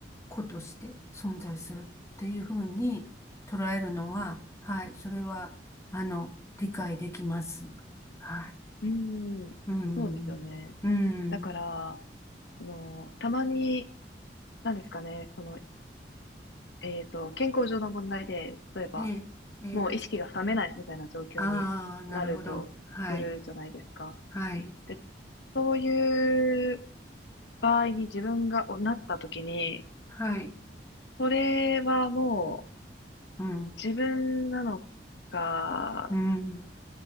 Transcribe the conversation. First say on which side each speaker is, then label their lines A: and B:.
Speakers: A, on the left (about 15°); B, on the left (about 80°).
A: 個として存在するっていうふうに捉えるのは、はい、それは、あの、理解できます。はい。
B: うん、
A: うん。
B: そうですよね。
A: うん。
B: だから、その、たまに、なんですかね、その、えっと、健康上の問題で、例えば、
A: ええ、ええ。
B: もう意識が覚めないみたいな状況になるとするじゃないですか。
A: ああ、なるほど。はい。はい。
B: で、そういう場合に自分がおなった時に、
A: はい。
B: これはも
A: うん、
B: う自分なのか
A: うん、